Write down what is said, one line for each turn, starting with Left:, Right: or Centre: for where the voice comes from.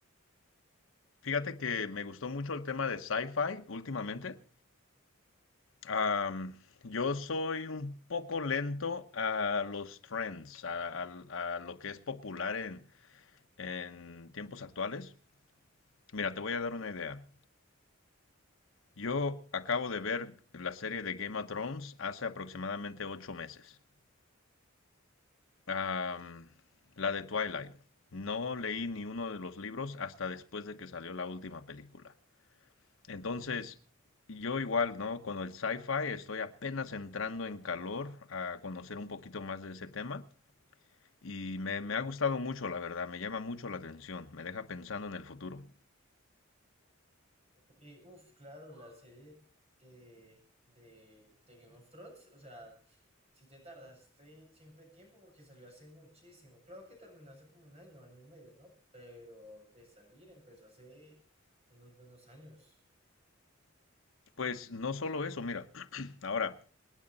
Left: Fíjate que me gustó mucho el tema de sci-fi últimamente. Am, yo soy un poco lento a los trends, a, a- a lo que es popular en en tiempos actuales? Mira, te voy a dar una idea. Yo acabo de ver la serie de Game of Thrones hace aproximadamente ocho meses. Am, la de Twilight. No leí ni uno de los libros hasta después de que salió la última película. Entonces, yo igual, ¿no? Con el sci-fi estoy apenas entrando en calor a conocer un poquito más de ese tema y me, me ha gustado mucho, la verdad, me llama mucho la atención, me deja pensando en el futuro.
Right: Eh, uf, claro, la serie de, de, de Game of Thrones, o sea, si te tardaste siempre tiempo porque salió hace muchísimo. Claro que terminó hace como un año, año y medio, ¿no? Pero de salir empezó hace unos buenos años.
Left: Pues no solo eso, mira, <clears throat> ahora